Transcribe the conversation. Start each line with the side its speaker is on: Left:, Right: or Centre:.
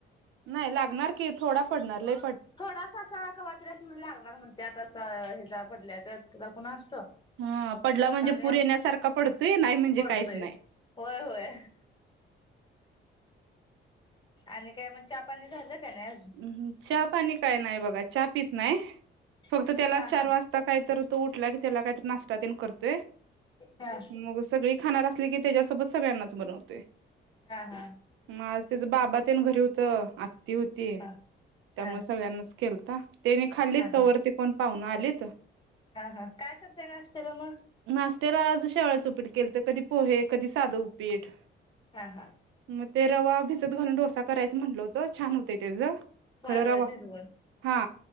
Right: नाही लागणार की थोडा पडणार लई
Left: थोडासा असा कवातरी अस म्हणजे लागणार म्हणत्यात असं हेज्या ब ला कोण अस त
Right: हा पडला म्हणजे
Left: कारयम
Right: पूर येण्यासारखा पडतोय नाही म्हणजे
Left: पडतोय
Right: काहीच नाही
Left: होय होय. आणि काय म चहा पाणी झालं. का नाही अजून
Right: उहु च्या पाणी काय नाय. बगा च्या पीत नाही फक्त
Left: हा
Right: त्याला चार
Left: हा
Right: वाजता कायतर तो उठला की त्याला कायतर नाष्टा तेन करतोय.
Left: हा हा
Right: मग सगळी खाणार अस लिकी तेज्यासोबत सगळ्यांनाच बनवतोय.
Left: हा हा
Right: मग आज तिज बाबा तेन घरी हू इथं आत्ती होती. ते
Left: हा
Right: त्यामुळे
Left: हा
Right: सगळ्यांनाच केल का? त्यांनी खाल्ली
Left: हा
Right: तोवर ती कोण पाहुण आलीत?
Left: हा हा काय करताय नाश्त्याला मग?
Right: नाश्त्याला आज शेवयाच उपीट केलत. कधी पोहे, कधी साध उपीट.
Left: हा हा
Right: मग ते रवा भिजत भिजत घालून डोसा करायचं म्हटल होत छान होतय त्याचं
Left: होय
Right: खर
Left: होय
Right: रवा
Left: भिजवून
Right: हा